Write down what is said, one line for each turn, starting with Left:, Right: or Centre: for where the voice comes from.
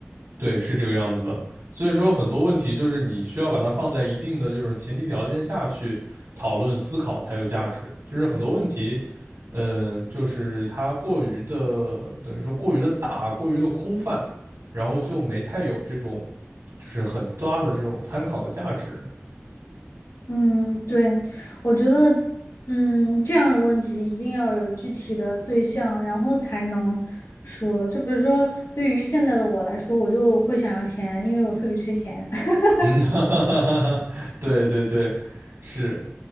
Right: 对，是这个样子的。所以说，很多问题就是你需要把它放在一定的这种前提条件下去讨论思考才有价值。就是很多问题，嗯，就是它过于的，等于说过于的大，过于的空泛，然后就没太有这种就是很大的这种参考的价值。
Left: 嗯，对，我觉得，嗯，这样的问题一定要有具体的对象，然后才能说。就比如说，对于现在的我来说，我就会想要钱，因为我特别缺钱。<laughs>
Right: 嗯，<laughs> 哈哈哈哈，对对对，是，